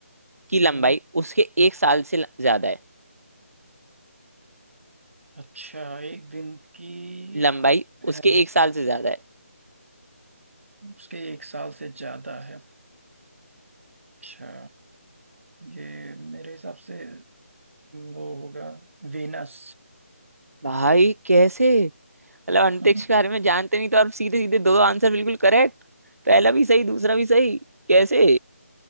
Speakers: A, on the right; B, on the right.
A: की लंबाई
B: हम्म।
A: उसके एक साल से ल- ज्यादा है
B: अच्छा एक दिन की
A: लंबाई
B: अ,
A: उसके एक साल से ज्यादा है
B: उसके एक साल से ज्यादा है अच्छा ये मेरे हिसाब से वो होगा वेनस
A: भाई कैसे मतलब अंतरिक्ष
B: <laughs>
A: के बारे में जानते नहीं तो आप सीधे सीधे दो आंसर बिल्कुल करेक्ट पहला भी सही दूसरा भी सही कैसे